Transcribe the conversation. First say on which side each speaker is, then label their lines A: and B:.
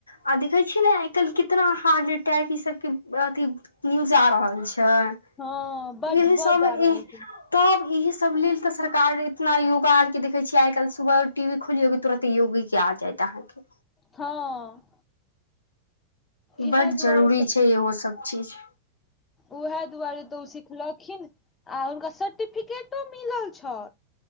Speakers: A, on the left; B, on the left.
A: आ देखे छी ने आइ कल्हि कितना हार्ट अटैक ई सब के अथि न्यूज आ रहल छै
B: हँ बड
A: इह
B: बड
A: सब
B: आ रहल
A: ई
B: छै
A: तब इहे सब लेल त सरकार एतना योगा आर के देखे छीये आय कल सुबह टीवी खोलियोग के तुरंत योग के आ जायत अहाँके
B: हँ इएह
A: बड्ड
B: दुआरे
A: जरूरी
B: सखी
A: छै इहो सब चीज
B: उएह दुआरे तऽ ओ सिखलखिन आ हुनका सर्टिफिकेटो मिलल छै